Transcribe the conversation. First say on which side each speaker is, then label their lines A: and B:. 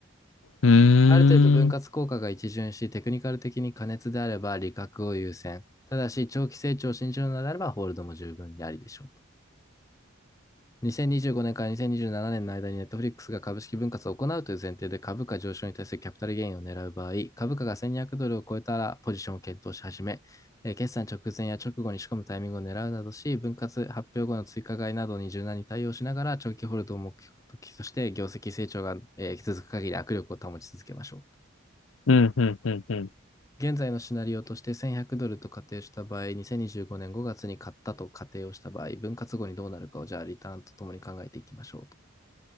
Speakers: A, on the left; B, on the left.
A: うー
B: ある程度分割効果が一巡し、
A: ん。
B: テクニカル的に過熱であれば利確を優先。ただし、長期成長を信じるのであれば、ホールドも十分にありでしょうと。2025年から2027年の間に Netflix が株式分割を行うという前提で株価上昇に対するキャピタルゲインを狙う場合、株価が1200ドルを超えたらポジションを検討し始め、えー決算直前や直後に仕込むタイミングを狙うなどし、分割発表後の追加買いなどに柔軟に対応しながら長期ホールドを目標として業績成長が、えー続く限り握力を保ち続けましょう。
A: うん、うん、うん、うん。
B: 現在のシナリオとして1100ドルと仮定した場合、2025年5月に買ったと仮定をした場合、分割後にどうなるかをじゃあリターンとともに考えていきましょうと。